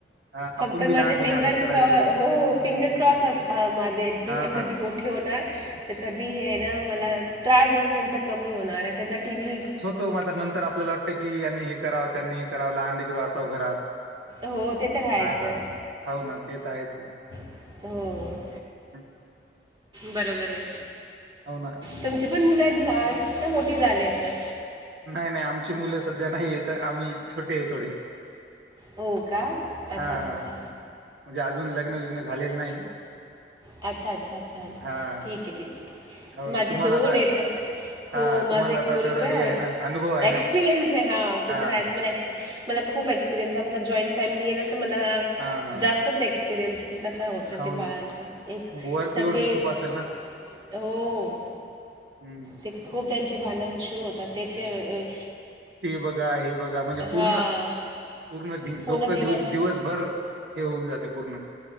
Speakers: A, on the right (about 75°); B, on the right (about 25°).
A: हां,
B: फक्त
A: आपण बी
B: माझे
A: लहानपणी
B: फिंगर
A: असंच करायचो.
B: क्रॉ हो फिंगर क्रॉस असता माझे हे
A: हां, हां.
B: कधी मोठ ठेवणार तर कधी हे ना मला त्रास ज त्यांचा कमी होणार, आहे त्यांचा टी व्ही
A: तो मात्र नंतर आपल्याला वाटतं की यांनी हे करावं, त्यांनी हे करावं, लहान लेकरू असावं घरात.
B: हो ते तर राहायचं
A: हा. ना, हाऊ ना ते तर आहेच की,
B: हो...
A: हं.
B: बरोबर आहे.
A: हो ना.
B: तुमची पण मुलं आहेत लहान का मोठी झाली आहेत?
A: नाही- नाही आमची मुलं सध्या नाही आहेत, आम्ही छोटे आहे थोडे.
B: हो का अच्छा-
A: हां,
B: अच्छा
A: हां.
B: -अच्छा,
A: म्हणजे अजून लग्न विघ्न झालेलं नाही.
B: अच्छा-अच्छा -अच्छा- अच्छ
A: हां,
B: ठीक आहे, ठीक आहे,
A: हो ना
B: माझे
A: तुम्हाला
B: दोन
A: आता
B: आहेत. हो
A: हां,
B: माझा
A: तुम्हाला
B: एक
A: आता
B: मुलगा
A: तेवढं हे
B: आहे,
A: ना अनुभव आहे ना.
B: एक्सपिरियन्स आहे हा ते
A: हां,
B: तर आहेच. मला एक्स मला खूप एक्सपिरीयन्स आहे, आमचा जॉईट फॅमिली आहे ना तर मला
A: हां, हां.
B: जास्तच एक्सप एक्सपिरियन्स की कसा होते
A: हो
B: ते
A: ना.
B: बाळांचा,
A: मग वर्कलोड
B: सगळे
A: बी खूप
B: एक
A: असेल ना.
B: हो....
A: हं.
B: ते खूप त्यांचे भांडणं सुरू होतात त्याचे अ अं,,
A: ते बघा, हे बघा म्हणजे पूर्ण,
B: हां
A: पूर्ण
B: पूर्ण
A: डोकं
B: दिवस
A: दि दिवसभर हे होऊन जाते पूर्ण.